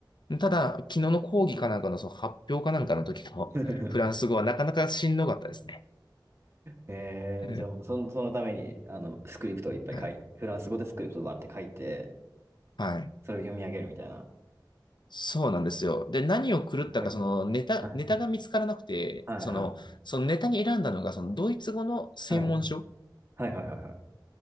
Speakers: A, on the left; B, on the right.
A: ただ、昨日の講義かなんかのその発表かなんかの時のフランス語はなかなかしんどかったですね。
B: <laughs> えー、
A: うん
B: じゃあ、その、そのために、あの、スクリプトをいっぱい書い、
A: はい。
B: フランス語でスクリプトをバーって書いて、
A: はい。
B: それを読み上げるみたいな。
A: そうなんですよ。で、何を狂ったか、
B: すごいな。
A: そのネタ、
B: はい。
A: ネタが見つからなくて、
B: はいはい。
A: その、そのネタに選んだのが、そのドイツ語の専門書
B: はい。はいはいはいはい。